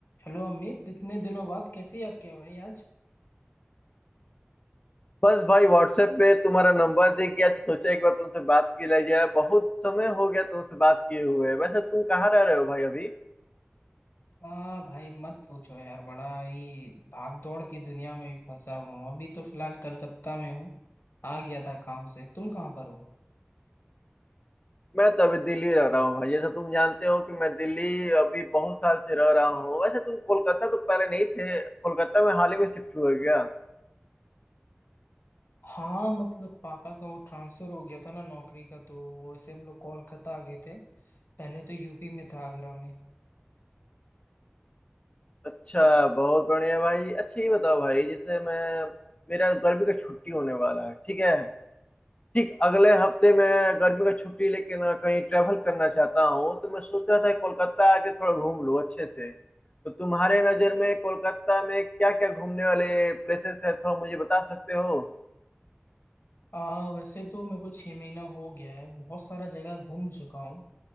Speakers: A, on the left; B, on the left.
A: Hello Amit इतने दिनों बाद कैसे याद किया भाई आज
B: बस भाई व्हाट्सएप पे तुम्हारा नंबर दिख गया तो सोचा एक बार तुमसे बात की ले जाए बहुत समय हो गया तुमसे बात किए हुए वैसे तुम कहाँ रह रहे हो भाई अभी
A: हाँ भाई मत पूछो यार बड़ा ही भाग दौड़ की दुनिया में भी फंसा हूँ अभी तो फिलहाल कलकत्ता में हूँ आ गया था काम से तुम कहाँ पर हो
B: मैं तो अभी दिल्ली रह रहा हूँ भाई जैसे तुम जानते हो कि मैं दिल्ली अभी बहुत साल से रह रहा हूँ वैसे तुम कोलकाता तो पहले नहीं थे कोलकाता में हाल ही में शिफ्ट हुए क्या
A: हाँ मतलब पापा का वो ट्रांसफर हो गया था ना नौकरी का तो वैसे हम लोग कोलकाता आ गए थे पहले तो यूपी में था आगरा में
B: अच्छा बहुत बढ़िया भाई अच्छा ये बताओ भाई जैसे मैं मेरा गर्मी का छुट्टी होने वाला है ठीक है ठीक अगले हफ्ते मैं गर्मी का छुट्टी लेके ना कहीं ट्रैवल करना चाहता हूँ तो मैं सोच रहा था कोलकाता आके थोड़ा घूम लूँ अच्छे से तो तुम्हारे नज़र में कोलकाता में क्या क्या घूमने वाले प्लेसेस है थोड़ा मुझे बता सकते हो
A: आ वैसे तो मेरे को छह महीना हो गया है बहुत सारा जगह घूम चुका हूँ